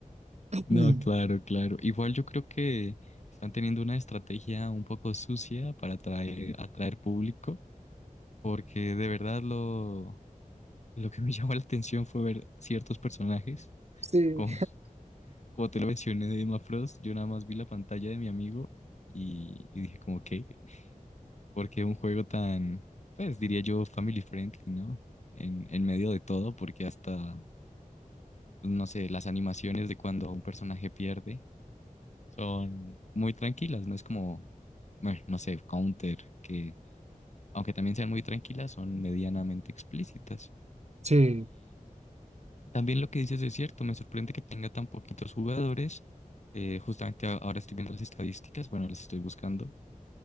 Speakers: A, on the right; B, on the left.
A: <clears throat>
B: No, claro, claro. Igual yo creo que están teniendo una estrategia un poco sucia para atraer, atraer público. porque de verdad lo, lo que me <laughs> llamó la atención fue ver ciertos personajes.
A: Sí.
B: Como, como te lo mencioné de Emma Frost, yo nada más vi la pantalla de mi amigo y, y dije como, ¿qué? Porque un juego tan, pues diría yo, family friendly, ¿no? En, en medio de todo, porque hasta, pues, no sé, las animaciones de cuando un personaje pierde son muy tranquilas, no es como, bueno, no sé, Counter, que aunque también sean muy tranquilas, son medianamente explícitas.
A: Sí,
B: También lo que dices es cierto, me sorprende que tenga tan poquitos jugadores. Eh, justamente a- ahora estoy viendo las estadísticas, bueno, las estoy buscando.